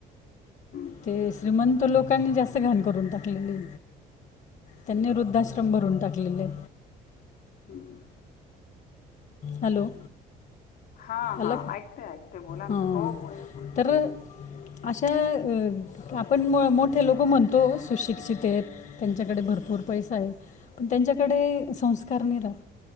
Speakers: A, on the left; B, on the left.
A: हम्म,
B: ते श्रीमंत लोकांनी जास्त घाण करून टाकलेली त्यांनी
A: असं.
B: वृद्धाश्रम भरून टाकलेले
A: हम्म
B: हॅलो
A: हां, हां.
B: अला
A: ऐकते, ऐकते. बोला ना.
B: हा
A: हो, बोला, बोला.
B: तर अशा अ आपण मोठे लोक म्हणतो सुशिक्षित आहेत त्यांच्याकडे भरपूर पैसा आहे पण त्यांच्याकडे संस्कार नाही ऱ्हात.